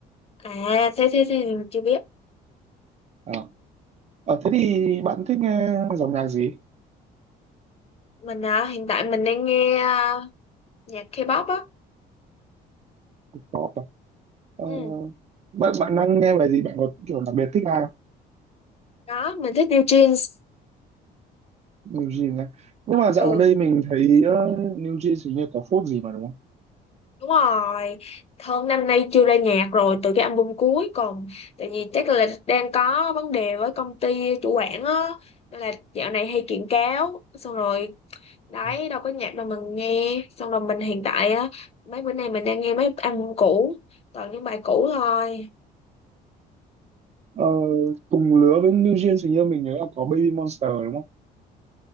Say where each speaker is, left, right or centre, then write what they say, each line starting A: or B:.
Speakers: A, on the left; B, on the right.
A: À, thế thế thế thì mình chưa biết.
B: à. Ờ, thế thì bạn thích nghe dòng nhạc gì
A: Mình à, hiện tại mình đang nghe à, nhạc K-pop á.
B: pop à? Ờ,
A: Ừ,
B: bạn bạn đang nghe bài gì bạn có kiểu đặc biệt thích ai
A: đó, mình thích New Jeans.
B: New Jeans á. Nhưng mà dạo
A: Ừ.
B: gần đây mình thấy ờ, New Jeans hình như có phốt gì mà đúng
A: Đúng rồi, Thơm năm nay chưa ra nhạc rồi từ cái album cuối còn tại vì chắc là đang có vấn đề với công ty chủ quản á nên là dạo này hay kiện cáo xong rồi đấy
B: không?
A: đâu có nhạc đâu mình nghe xong rồi mình hiện tại á mấy bữa nay mình đang nghe mấy album cũ toàn những bài cũ thôi
B: Ờ, cùng lứa với New Jeans hình như mình nhớ là có Baby Monster đúng không?